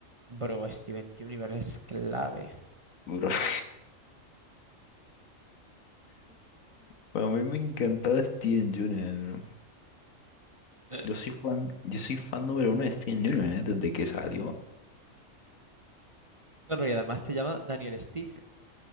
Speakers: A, on the right; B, on the left.
A: Bro, Steven Universe es clave.
B: bro. <laughs> Para mí me encantaba Steven Universe, bro.
A: Eh,
B: Yo soy fan, yo soy fan número uno de Steven Universe ¿eh? desde que salió.
A: Claro, y además te llama Daniel Stephen.